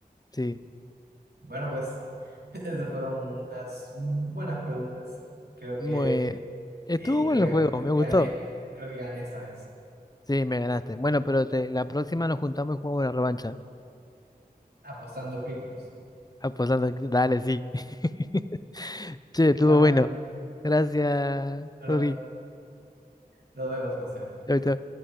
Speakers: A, on the left; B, on the right.
A: Sí.
B: Bueno, pues <laughs> esas fueron unas buenas preguntas. Creo que,
A: Muy, estuvo
B: eh,
A: bueno
B: creo
A: el juego,
B: que, creo
A: me gustó.
B: que gané, creo que gané esta vez.
A: Sí, me ganaste. Bueno, pero te, la próxima nos juntamos y jugamos la revancha.
B: apostando criptos.
A: Apostando, que- dale, sí. <laughs> Che, estuvo
B: Bueno,
A: bueno. Gracias,
B: bueno,
A: Rodri.
B: nos vemos, Sebastián.
A: Chau, chau.